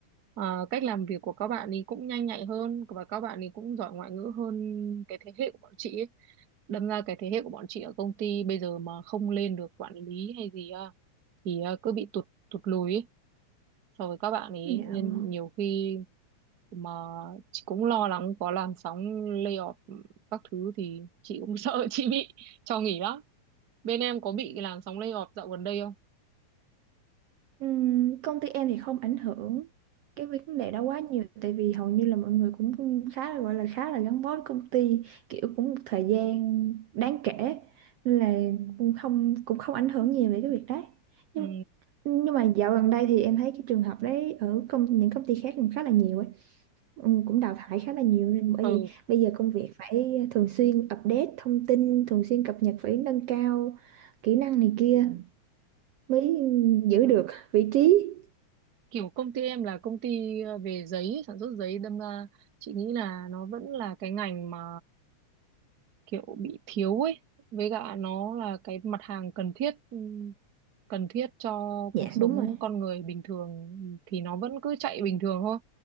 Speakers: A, on the right (about 45°); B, on the right (about 70°).
A: Ờ, cách làm việc của các bạn thì cũng nhanh nhạy hơn và các bạn thì cũng giỏi ngoại ngữ hơn cái thế hệ của bọn chị ấy. đâm ra cái thế hệ của bọn chị ở công ty bây giờ mà không lên được quản lý hay gì à, thì à, cứ bị tụt tụt lùi ấy so với các bạn ấy
B: dạ
A: nên
B: vâng.
A: nhiều khi mà chị cũng lo lắng có làn sóng layoff các thứ thì chị cũng <laughs> sợ chị bị cho nghỉ lắm bên em có bị làn sóng layoff dạo gần đây không
B: Ừm, công ty em thì không ảnh hưởng cái vấn đề đó quá nhiều tại vì hầu như là mọi người cũng khá là gọi là khá là gắn bó với công ty kiểu cũng một thời gian đáng kể nên là cũng không cũng không ảnh hưởng nhiều về cái việc đấy
A: ừ.
B: nhưng nhưng mà dạo gần đây thì em thấy cái trường hợp đấy ở công những công ty khác cũng khá là nhiều ấy Ừ, cũng đào thải khá là nhiều nên bởi
A: ừ
B: vậy bây giờ công việc phải thường xuyên update thông tin thường xuyên cập nhật phải nâng cao kỹ năng này kia mới giữ được vị trí
A: kiểu công ty em là công ty ờ, về giấy sản xuất giấy đâm ra chị nghĩ là nó vẫn là cái ngành mà kiểu bị thiếu ấy với cả nó là cái mặt hàng cần thiết ừ, cần thiết cho
B: dạ
A: cuộc sống
B: đúng rồi
A: con người bình thường thì nó vẫn cứ chạy bình thường thôi